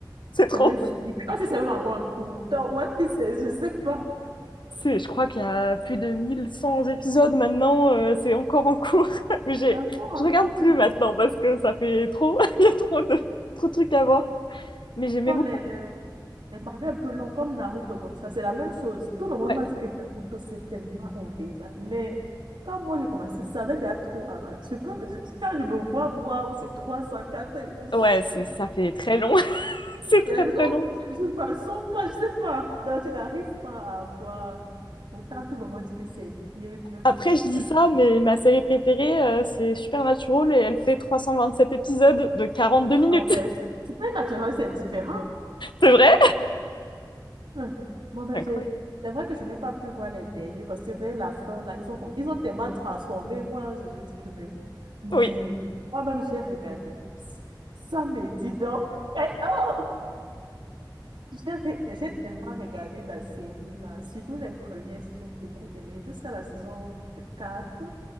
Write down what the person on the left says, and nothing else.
c'est trop.
C'est, je crois qu'il y a plus de 1100 épisodes maintenant, euh, c'est encore en cours. <laughs> Mais j'ai,
je regarde
plus maintenant parce que ça fait trop. <laughs> Il y a trop de, trop de trucs à voir. Mais j'aimais
beaucoup.
Ouais,
ouais, c'est-
ça fait très long. <laughs> C'est très
très long.
Après, je
dis ça, mais ma série préférée, euh, c'est Supernatural et elle fait 327 épisodes de 42 minutes.
<laughs> C'est vrai?
C'est
Incroyable.
Oui.